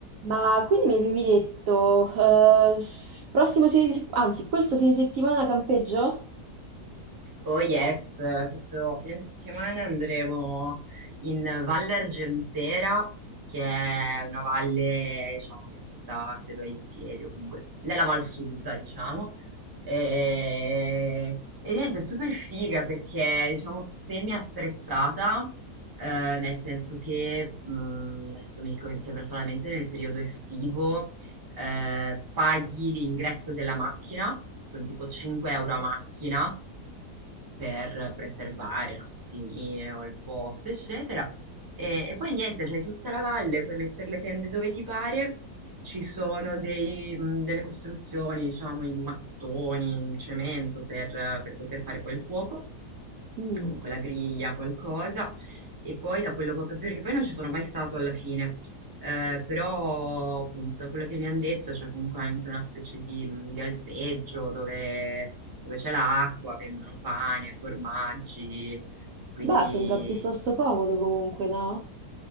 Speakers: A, on the right; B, on the right.
A: Ma quindi mi avevi detto, eh, prossimo fine, se- anzi, questo fine settimana campeggio?
B: Oh yes, questo fine settimana andremo in Valle Argentera, che è una valle, diciamo, che sta, credo, ai piedi o comunque nella Val Susa, diciamo. E, e niente, è super figa perché, diciamo, semi-attrezzata, eh, nel senso che, mh, adesso mi ricordo, mi sembra solamente nel periodo estivo eh, paghi l'ingresso della macchina, sono tipo 5 euro a macchina per preservare un attimino il posto, eccetera. E, e poi niente, c'hai tutta la valle, puoi mettere le tende dove ti pare, ci sono dei, mh, delle costruzioni, diciamo, in mattoni, in cemento per, per poter fare poi il fuoco
A: Mm.
B: comunque la griglia, qualcosa, e poi da quello che ho capito, perché poi non ci sono mai stato alla fine, eh, però appunto da quello che mi hanno detto c'è comunque anche una specie di, di alpeggio dove, dove c'è l'acqua, vendono pane, formaggi, quindi
A: Beh, sembra piuttosto comodo comunque, no?